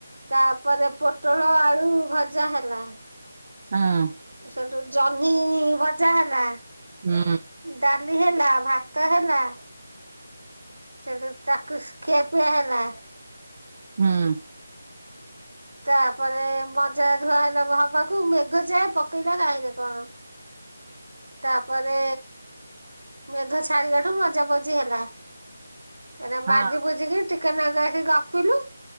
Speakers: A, on the right; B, on the right.
A: ତାପରେ ପୋଟଳ ଆଳୁ ଭଜା ହେଲା।
B: ହଁ
A: ସେଠୁ ଜହ୍ନି ଭଜା ହେ।
B: ହୁଁ।।
A: ଡାଲି ହେଲା ଭାତ ହେଲା ସେଠୁ ତାକୁ ଖିଆ ପିଆ ହେଲା।
B: ହୁଁ।
A: ତାପରେ ମଜା ଧୁଆ ହେଲା ହବାକୁ ମେଘ ଯେ ପକେଇଲା କାହିଁରେ କଣ। ତାପରେ ମେଘ ଛାଡିଲାଠୁ ମଜା ମଜି ହେଲା ହେରା
B: ହଁ
A: ମାଜି ମୁଝିକି ଟିକନାଗୁ ଏଠି ଗପିଲୁ।